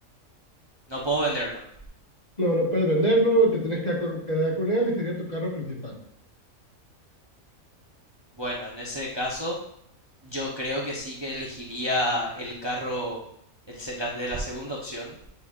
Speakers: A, on the right; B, on the left.
A: No puedo venderlo.
B: No, no puedes venderlo, te tienes que quedar con quedar con él y sería tu carro principal.
A: Bueno, en ese caso, yo creo que sí que elegiría el carro el se- la- de la segunda opción.